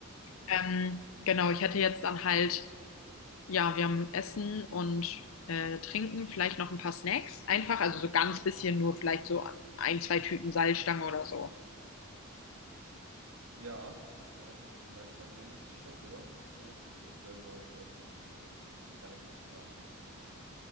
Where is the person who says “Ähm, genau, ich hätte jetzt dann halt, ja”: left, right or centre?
Left